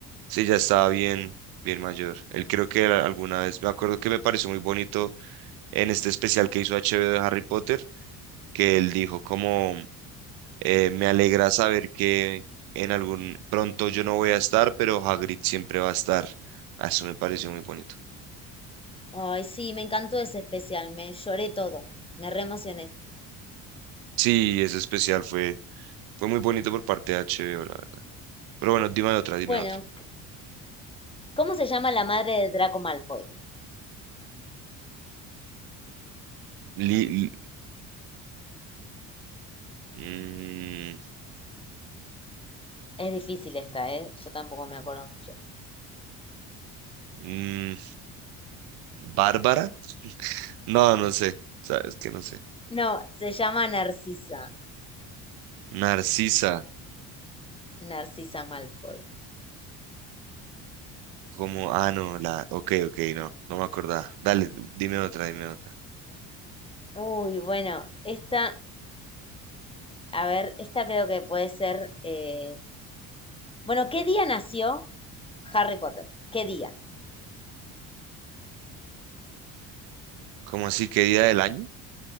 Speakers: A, on the right (about 80°); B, on the left (about 15°).
A: Sí, ya estaba bien, bien mayor. Él creo que era alguna vez, me acuerdo que me pareció muy bonito en este especial que hizo H. HBO de Harry Potter, que él dijo como, eh, me alegra saber que en algún pronto yo no voy a estar, pero Hagrid siempre va a estar. Ah, Eso me pareció muy bonito.
B: Ay, sí, me encantó ese especial, me lloré todo, me re emocioné.
A: Sí, ese especial fue, fue muy bonito por parte de H. HBO, la verdad. Pero bueno, dime otra, dime
B: Bueno,
A: otra.
B: ¿Cómo se llama la madre de Draco Malfoy?
A: Li- li- mm,
B: Es difícil esta, ¿eh? Yo tampoco me acuerdo mucho.
A: mm, ¿Bárbara? No, no sé. Sabes que no sé.
B: No, se llama Narcisa.
A: Narcisa.
B: Narcisa Malfoy.
A: Como, ah, no, la. Ok, ok, no, no me acordaba. Dale, dime otra, dime otra.
B: Uy, bueno, esta, a ver, esta creo que puede ser... eh, Bueno, ¿qué día nació Harry Potter? ¿Qué día?
A: ¿Cómo así? ¿Qué día del año?